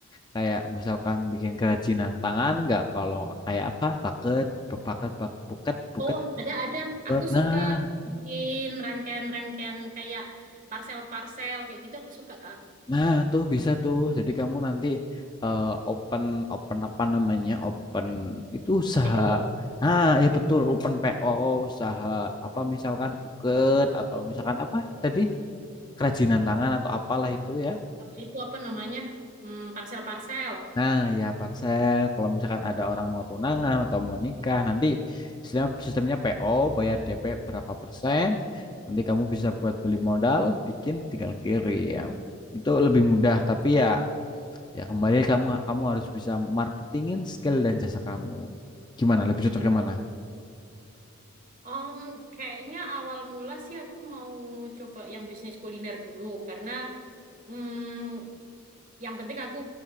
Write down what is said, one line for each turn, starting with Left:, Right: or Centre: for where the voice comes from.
Left: kayak misalkan bikin kerajinan tangan nggak? Kalau kayak apa? Paket, paket, paket, buket, buket,
Right: Oh, ada ada.
Left: buket.
Right: Aku
Left: Nah,
Right: suka bikin rangkaian-rangkaian kayak parcel-parcel kayak gitu aku suka Kak.
Left: Nah, tuh bisa tuh. Jadi kamu nanti eh, open open apa namanya? Open itu usaha.
Right: PO.
Left: Nah, ya betul, open PO, usaha apa misalkan buket atau misalkan apa tadi kerajinan tangan atau apalah itu ya.
Right: Itu apa namanya? Hmm, parcel-parcel.
Left: Nah, ya parcel kalau misalkan ada orang mau tunangan atau mau nikah, nanti sistem sistemnya PO, bayar DP berapa persen. Nanti kamu bisa buat beli modal, bikin tinggal kirim. Itu lebih mudah, tapi ya Ya kembali kamu kamu harus bisa marketingin skill dan jasa kamu. Gimana lebih
Right: Iya,
Left: cocoknya
Right: gitu.
Left: mana?
Right: Om, kayaknya awal mula sih aku mau coba yang bisnis kuliner dulu karena mm, yang penting aku